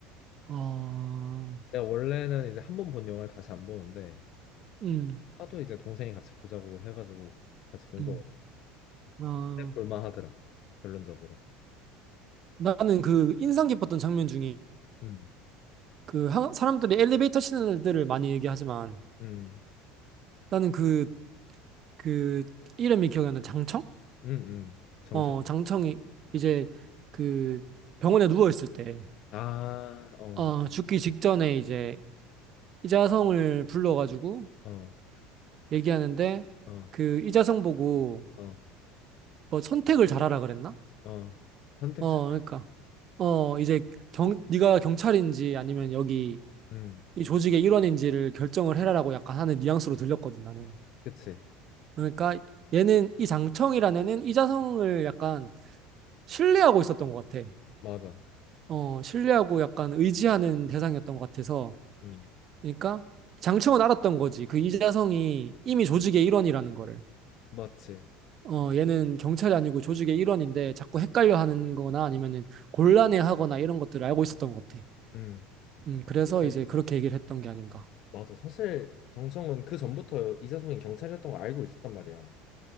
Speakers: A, on the right (about 45°); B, on the left (about 55°).
A: 아,
B: 내가 원래는 이제 한 번 본 영화를 다시 안 보는데
A: 음,
B: 하도 이제 동생이 같이 보자고 해가지고 같이 본
A: 음,
B: 거거든.
A: 아,
B: 근데 볼만 하더라. 결론적으로.
A: 나는 그 인상 깊었던 장면 중에
B: 음,
A: 그 하- 사람들이 엘리베이터 신들을 많이 얘기하지만
B: 음,
A: 나는 그, 그 이름이 기억이 안 나. 장청?
B: 음, 음. 정정.
A: 어, 장청이 이제 그 병원에 누워있을 때,
B: 아, 어,
A: 어, 죽기 직전에 이제 이자성을 불러가지고
B: 어,
A: 얘기하는데
B: 어,
A: 그 이자성 보고
B: 어.
A: 뭐 선택을 잘하라 그랬나?
B: 어, 선택자.
A: 어, 그러니까. 어, 이제 경, 네가 경찰인지 아니면 여기
B: 음,
A: 이 조직의 일원인지를 결정을 해라라고 약간 하는 뉘앙스로 들렸거든, 나는.
B: 그치.
A: 그러니까 얘는 이 장청이라는 애는 이자성을 약간 신뢰하고 있었던 것 같아.
B: 맞아.
A: 어, 신뢰하고 약간 의지하는 대상이었던 것 같아서.
B: 음,
A: 그러니까 장청은 알았던 거지. 그 이자성이 이미 조직의 일원이라는 거를.
B: 맞지.
A: 어, 얘는 경찰이 아니고 조직의 일원인데 자꾸 헷갈려 하는 거나 아니면은 곤란해 하거나 이런 것들을 알고 있었던 것 같아.
B: 음,
A: 음, 그래서
B: 예,
A: 이제 그렇게 얘기를 했던 게 아닌가.
B: 맞아. 사실 정청은 그 전부터 이사성이 경찰이었던 걸 알고 있었단 말이야.